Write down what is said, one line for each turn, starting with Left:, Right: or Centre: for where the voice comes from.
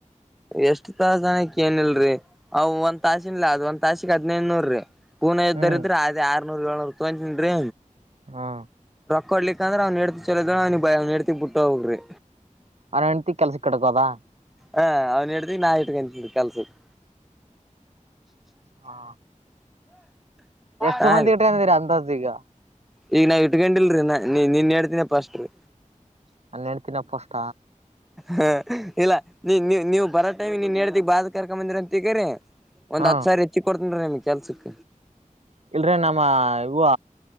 Centre: ಎಷ್ಟ್ ತಾಸನ ಕೇಳಿಲ್ರೀ ಅವ ಒಂದ್ ತಾಸಿಗೆ ಒಂದ್ ತಾಸಿಗೆ ಹದ್ನೈದ ನೂರ್ರೀ ಪೂನ ಇದರಿದ್ದರ
Right: ಹ್ಮ್
Centre: ಅ ಆದೇ ಆರ್ನೂರ್ ಏಳ್ನೂರು ತುಗೊಂತೀನ್ರೀ
Right: ಹಾ
Centre: ಕೊಡ್ಲಿಕ ಅಂದ್ರೆ ಅವ್ನಡ್ತಿ ಚಲೋ ಅವ್ನೆಡ್ತಿ ಬಿಟ್ಟ ಹೋಗ್ರಿ
Right: ಅವನಂಡತಿ ಕೆಲ್ಸಕ್ಕೆ ಕಡಕೋದಾ
Centre: ಹಾ ಅವ್ನ್ ಹೆಂಡ್ತಿ ನಾ ಇಟ್ಕಂತಿನ್ರೀ ಕೆಲ್ಸಕ್ಕ
Right: ಹಾ ಎಷ್ಟು
Centre: ಹಾ
Right: ಮಂದಿ
Centre: ರೀ
Right: ಇಟ್ಕಂದಿರ ಅಂದಾಜು ಈಗ
Centre: ಈಗ ನಾ ಇಟ್ಕೊಂಡಿಲ್ರೀ ನ ನೀ ನಿನ್ ಹೆಂಡ್ತೀನ ಫಷ್ಟ್ರೀ
Right: ನನ್ ಹೆಂಡ್ತಿನ ಫಷ್ಟ
Centre: ಹಾ ಇಲ್ಲ ನೀ ನೀ ನೀವ್ ಬರೋ ಟೈಮಿ ನೀನ್ನೆಂಡತಿಗೆ ಬಾ ಅದ ಕರ್ಕಂಬಂದಿರ ಅಂತಿಗರೀ ಒಂದ್
Right: ಹ
Centre: ಹತ್ ಸಾವಿರ ಹೆಚ್ಚಿಗ್ ಕೊಡ್ತನ್ರೀ ನಿಮ್ಗ ಕೆಲ್ಸಕ್
Right: ಇಲ್ರಿ ನಮ್ಮ ಇವ